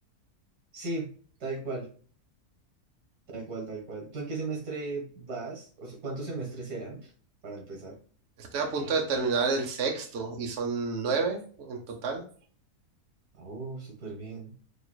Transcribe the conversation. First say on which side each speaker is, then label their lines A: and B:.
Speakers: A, on the right; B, on the right.
A: Sí, tal cual, tal cual, tal cual. ¿Tú en qué semestre vas? O sea, ¿cuántos semestres serán para empezar?
B: Estoy a punto de terminar el sexto y son nueve en total.
A: Oh, súper bien.